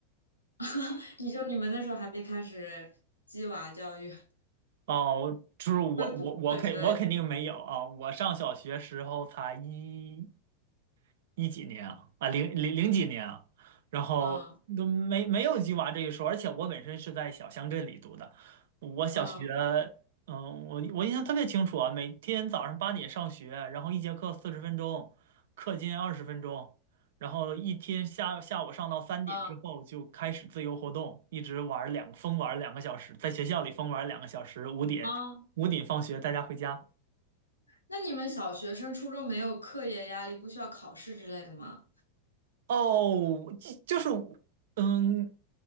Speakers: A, on the left; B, on the right.
A: <laughs> 你就你们那时候还没开始鸡娃教育，
B: 哦。就是我我我肯我肯定没有啊，
A: 会补课之类的。
B: 我上小学时候才一一几年啊，啊零零零几年啊，然后都没没有鸡娃这一说，
A: 嗯
B: 而且我本身是在小乡镇里读的，我小学，
A: 嗯
B: 嗯，我我印象特别清楚啊，每天早上八点上学，然后一节课四十分钟，课间二十分钟，然后一天下下午上到三点之后就开始自由活动，
A: 嗯
B: 一直玩儿两疯玩儿两个小时，在学校里疯玩儿两个小时，五点五点放学大家回家。
A: 嗯。那你们小学生、初中没有课业压力，不需要考试之类的吗？
B: 哦，就就是，嗯，